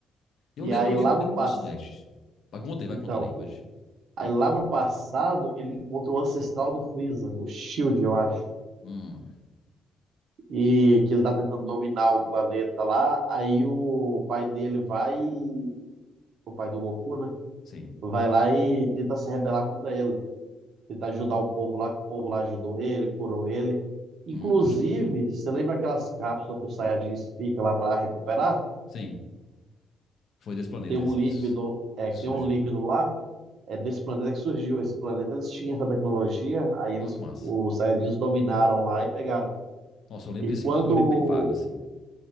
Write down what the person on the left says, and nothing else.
Eu
lembro,
eu lembro,
eu lembro
dos flashes. Vai, Conta aí,
vai contando aí. Pode.
Hum.
Sim.
Hum, pode crer.
Sim. Foi desse planeta,
assim,
que, su-
que
surgiu.
Nossa,
que massa.
Nossa, eu lembro
disso.
Eu lembro bem vago, assim.